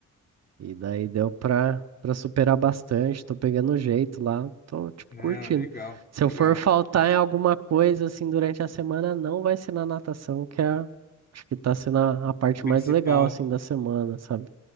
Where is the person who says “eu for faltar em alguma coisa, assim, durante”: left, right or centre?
Right